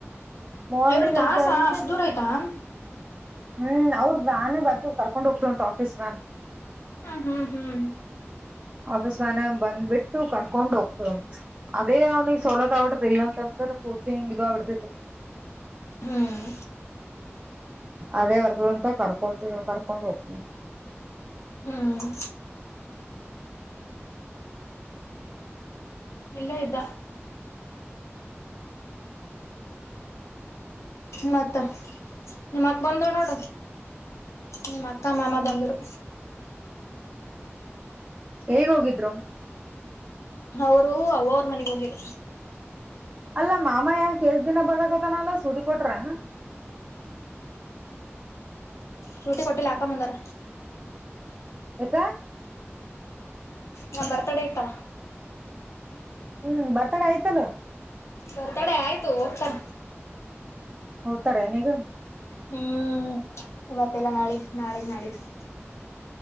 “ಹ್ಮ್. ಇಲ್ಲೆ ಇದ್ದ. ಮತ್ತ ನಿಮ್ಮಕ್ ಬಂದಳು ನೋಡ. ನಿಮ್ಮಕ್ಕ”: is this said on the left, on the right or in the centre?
Left